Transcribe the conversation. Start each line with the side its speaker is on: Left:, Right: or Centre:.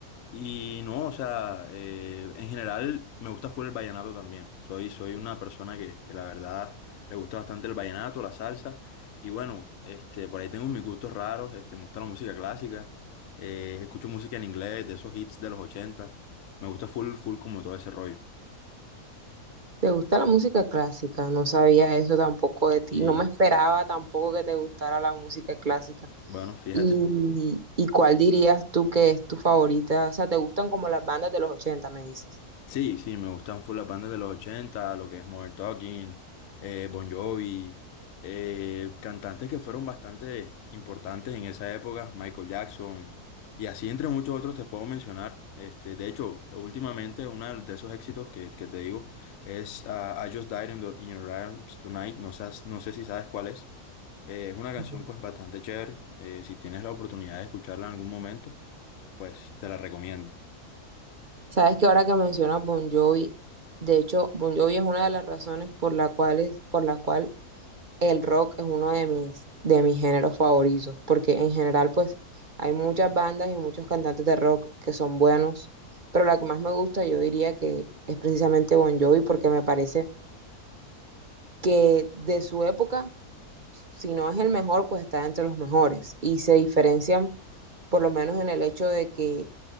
Left: Y no, o sea, eh, en general me gusta full el vallenato también. Soy, soy una persona que, que la verdad le gusta bastante el vallenato, la salsa. Y bueno, este, por ahí tengo mis gustos raros, este, me gusta la música clásica, eh, escucho música en inglés, de esos hits de los ochenta Me gusta full, full como todo ese rollo.
Right: ¿Te gusta la música clásica? No sabía eso tampoco de ti,
Left: Y
Right: no me esperaba tampoco que te gustara la música clásica.
Left: bueno, fíjate.
Right: ¿Y, y cuál dirías tú que es tu favorita? O sea, ¿te gustan como las bandas de los 80, me dices?
Left: Sí, sí, me gustan full las bandas de los ochenta lo que es Modern Talking, eh, Bon Jovi, eh, cantantes que fueron bastante importantes en esa época, Michael Jackson, y así entre muchos otros te puedo mencionar. Este, de hecho, últimamente uno de esos éxitos que, que te digo es ah, I Just Died in, the- in Your Arms Tonight, no, sas- no sé si sabes cuál es. Eh, es una canción
Right: Ujú.
Left: pues bastante chévere, eh, si tienes la oportunidad de escucharla en algún momento, pues te la recomiendo.
Right: Sabes que ahora que mencionas Bon Jovi, de hecho, Bon Jovi es una de las razones por la cual es- por la cual el rock es uno de mis, de mis géneros favoritos, porque en general, pues, hay muchas bandas y muchos cantantes de rock que son buenos, pero la que más me gusta, yo diría que es precisamente Bon Jovi, porque me parece que de su época si no es el mejor, pues está entre los mejores. Y se diferencian por lo menos en el hecho de que